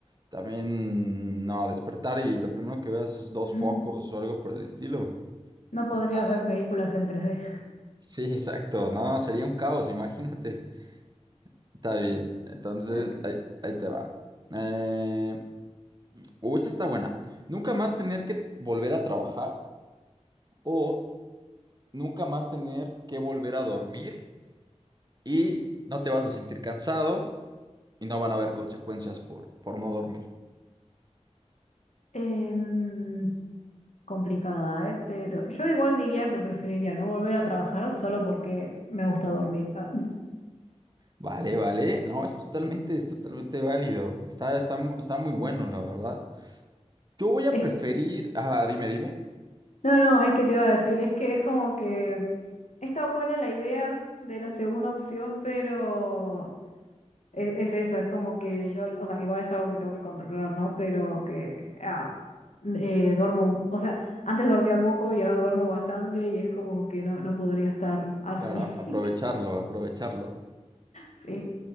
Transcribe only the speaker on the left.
<laughs>
No
podrías ver películas en tres d
<laughs> Ok.
Em, complicada, ¿eh? Pero yo igual diría que preferiría no volver a trabajar solo porque me gusta dormir. Ah, <laughs>
es-
no, no, es que te iba a decir, es que es como que está buena la idea de la segunda opción, pero Es, es eso, es como que yo, o sea, igual es algo que tengo que controlar, ¿no? Pero que ah, eh, duermo, o sea, antes dormía poco y ahora duermo bastante y es como que no, no podría estar así.
<laughs>
Sí.